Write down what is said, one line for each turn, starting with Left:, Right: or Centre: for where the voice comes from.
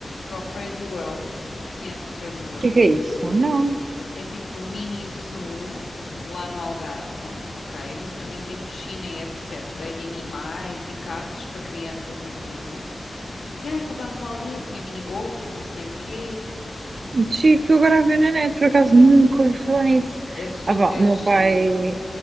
Left: para o Crazy World. Conhece o Crazy World?
Right: o que é que é isso? Ah, Não,
Left: É tipo um mini zoo lá no Algarve, ok? Mas também tem piscina e etc. E animais e karts para crianças e tudo. E aí passámos lá o dia, tinha mini golfe, e não sei o quê.
Right: giro, estou agora a ver na net, por acaso nunca ouvi falar nisso.
Left: É super
Right: Ah, pá, o meu
Left: giro.
Right: pai